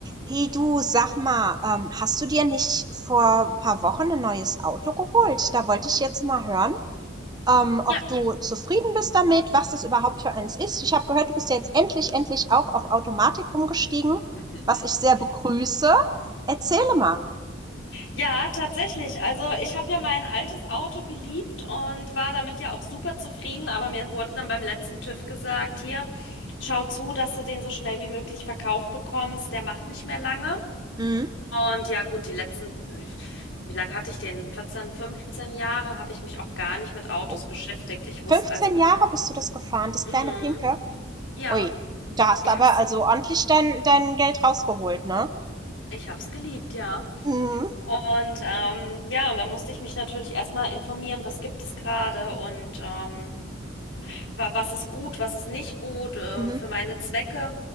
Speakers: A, on the right; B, on the left.
A: Hey du, sag mal, ähm, hast du dir nicht vor ein paar Wochen ein neues Auto geholt? Da wollte ich jetzt mal hören, ähm, ob
B: Ja.
A: du zufrieden bist damit, was das überhaupt für eins ist. Ich habe gehört, du bist ja jetzt endlich, endlich auch auf Automatik umgestiegen,
B: <laughs>
A: was ich sehr begrüße. Erzähle mal.
B: Ja, tatsächlich. Also ich habe ja mein altes Auto geliebt und war damit ja auch super zufrieden, aber mir wurde dann beim letzten TÜV gesagt, hier, schau zu, dass du den so schnell wie möglich verkauft bekommst, der macht nicht mehr lange.
A: Mhm.
B: Und ja, gut, die letzten, wie lange hatte ich den? 14, 15 Jahre habe ich mich auch gar nicht mit Autos
A: Oh.
B: beschäftigt. Ich wusste
A: 15
B: als,
A: Jahre bist du das gefahren, das
B: mm,
A: kleine Pinke?
B: ja,
A: Ui, da hast
B: ich
A: du aber
B: hab's,
A: also ordentlich dein, dein Geld rausgeholt, ne?
B: ich hab's geliebt, ja.
A: Mhm.
B: Und ähm, ja, und da musste ich mich natürlich erstmal informieren, was gibt es gerade und ähm, wa- was ist gut, was ist nicht gut äh,
A: Mhm.
B: für meine Zwecke.